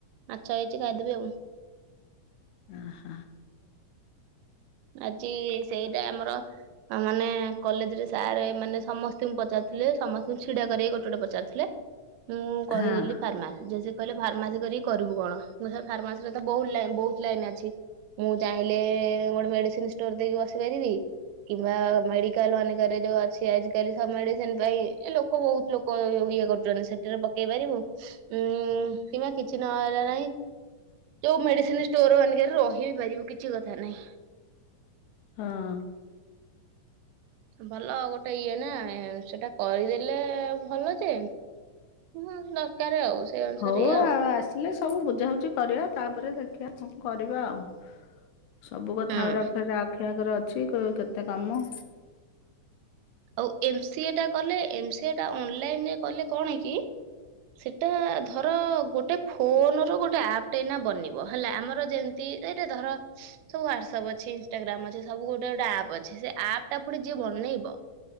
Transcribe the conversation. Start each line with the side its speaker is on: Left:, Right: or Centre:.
Right: ମାଛ ହେଇଛି ଖାଇଦେବି ଆଉ।
Left: ଅହ!
Right: ଆଜି ସେଇଟା ଆମର ଆ ମାନେ କଲେଜ୍ ରେ ସାର୍ ମାନେ ସମସ୍ତଙ୍କୁ ପଚାରୁଥିଲେ ସମସ୍ତଙ୍କୁ ଛିଡା କରେଇ ଗୋଟେ ଗୋଟେ ପଚାରୁଥିଲେ। ମୁଁ କହିଦେଲି
Left: ହଁ
Right: ଫାର୍ମାସି ଜେଜେ କହିଲେ ଫାର୍ମାସି କରିକି କରିବୁ କଣ ମୁ ସାରେ ଫାର୍ମାସିରେ ତ ବହୁତ୍ ଲାଇନ୍ ବହୁତ୍ ଲାଇନ୍ ଅଛି। ମୁଁ ଚାହିଁଲେ ଗୋଟେ ମେଡିସିନ୍ ଷ୍ଟୋର୍ ଦେଇକି ବସି ପାରିବି। କିମ୍ବା ମେଡିକାଲ ମାନଙ୍କରେ ଯୋଉ ଅଛି ଆଜିକାଲି ସବ ମେଡିସିନ ପାଇଁ ଏ ଲୋକ୍ ହ ବହୁତ ଲୋକ ଇଏ କରୁଛନ୍ତି ସେଠାରେ ପକେଇ ପାରିବୁ। ଉଁ କିମ୍ବା କିଛି ନହଲା ନାହିଁ ଯୋଉ ମେଡିସିନ ଷ୍ଟୋର ମାନେଙ୍କେରେ ରହି ବିି ପାରିବୁ କିଛି କଥା ନାହିଁ।
Left: ହଁ।
Right: ଭଲ ଗୋଟେ ଇଏ ନା ସେଟା କରିଦେଲେ ଭଲ ଯେ <unintelligible> ସେଇ ଅନୁସାରେ
Left: ହଉ
Right: ଇଏ
Left: ଆଉ ଆସିଲେ ସବୁ ବୁଝାବୁଝି କରିବା ତାପରେ ଦେଖିବା କଣ କରିବା ଆଉ। ସବୁ କଥା
Right: ହୁଁ।
Left: ଉରା ଫେରେ ଆଖି ଆଗରେ ଅଛି କେ କେତେ କାମ।
Right: ଆଉ ଏମ୍ ସି ଏ ଟା କଲେ ଏମ୍ ସି ଏ ଟା ଅନ୍ଲାଇନ୍ ରେ କଲେ କଣ କି ସେଟା ଧର ଗୋଟେ ଫୋନ ର ଗୋଟେ ଆପ୍ଟ ଏନା ବନିବ ହେଲା ଆମର ଯେମିତି ଏଇଟା ଧର ସବୁ ହ୍ୱାଟସଆପ୍ ଅଛି ଇନ୍ସଟାଗ୍ରାମ୍ ଅଛି ସବୁ ଗୋଟେ ଗୋଟେ ଆପ୍ ଅଛି ସେ ଆପ୍ ଟା ପୁଣି ଯିଏ ବନେଇବ